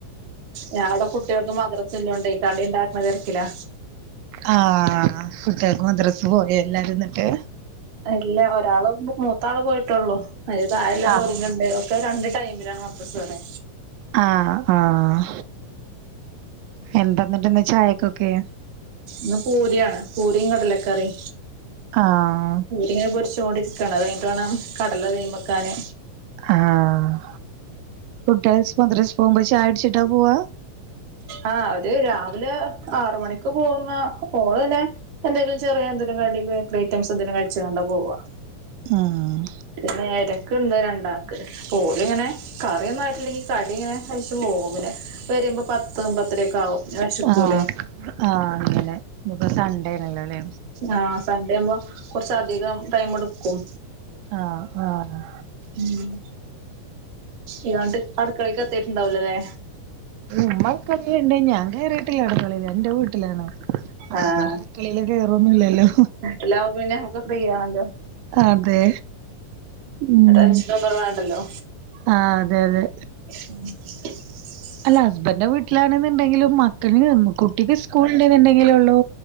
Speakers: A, on the right (about 50°); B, on the right (about 85°).
A: ഞാ വടേ കുട്ട്യാൾക്ക് മദ്രസല്ലോണ്ടേയ് കടിണ്ടാക്ക്ണ തെരക്കിലാ.
B: ആഹ് കുട്ട്യാൾക്ക് മദ്രസ് പോയോ എല്ലാരും ന്നിട്ട്.
A: അല്ല ഒരാള് മൂത്താള് പോയിട്ടോള്ളു അയിന് താഴെള്ള ആള്
B: ആഹ്
A: ഒരുങ്ണ്ട്. ഇപ്പ രണ്ട് ടൈമിലാണ് മദ്രസ് വടേ.
B: ആഹ് ആഹ് എന്താന്നിട്ട് ന്ന് ചായക്കൊക്കെ?
A: ന്ന് പൂരിയാണ് പൂരിം കടലക്കറിം.
B: ആഹ്.
A: പൂരിങ്ങനെ പൊരിചോ ണ്ടിരിക്കാണ് അത് കയ്ഞ്ഞിട്ടുവാണം കടല തീയ്മക്കാന്.
B: ആഹ് കുട്ട്യാള് മദ്രസ് പോവുമ്പോ ചായൊടിച്ചിട്ടാ പോവ്വാ?
A: ആഹ് അവര് രാവിലെ ആറുമണിക്ക് പോകുന്ന ഓള് പിന്നെ എന്തേലും ചെറിയ എന്തേലും കടി ബേക്കറി ഐറ്റംസ് എന്തേലും കഴിച്ച്ങ്ങാണ്ടാ പോവ്വാ.
B: ഉം
A: പിന്നെയാര്? ക്ക്ണ്ണ് രണ്ടാക്ക് പ്പോ ഓലിങ്ങനെ കറിയൊന്നും ആയിട്ടില്ലെങ്കി കടി ഇങ്ങനെ കഴിച് പോവും. വരുമ്പോ പത്തും പത്തരേയൊക്കെ ആവും. വെശക്കൂലേ
B: ആഹ് ആഹ് അങ്ങനെ ഇന്നിപ്പോ സൺ‌ഡേയാണല്ലോലേ.
A: ആഹ് സൺഡേ ആവുമ്പോ കൊർച്ചധികം ടൈം ടുക്കും.
B: ആഹ് ആഹ്.
A: ഉം ഇയാണ്ട് അടുക്കളീക്ക് എത്തീയിട്ടുണ്ടാവുല്ലലേ.
B: പിന്നെ ഉമ്മ അട്ക്കളീല്ണ്ട് ഞാൻ കേറീട്ടില്ല അടുക്കളീല് ന്റെ വീ ട്ടിലാണ് അപ്പോ
A: ആഹ്
B: പിന്നെ അടുക്കളെല് കേറൊന്നുല്ലല്ലോ.
A: എല്ലാവും പിന്നേ ഒക്കെ ഫ്രീയാണല്ലോ.
B: അതെ ഉം
A: ടെൻഷനൊന്നും വേണ്ടല്ലോ.
B: ആഹ് അതെ അതെ.
A: <inaudible>
B: അല്ല ഹസ്ബന്റെ വീട്ടിലാണ്ന്ന്ണ്ടങ്കിലും മക്കൾ കുട്ടിക്ക് സ്ക്കൂള്ണ്ടെന്നുണ്ടെങ്കിലൊള്ളൂ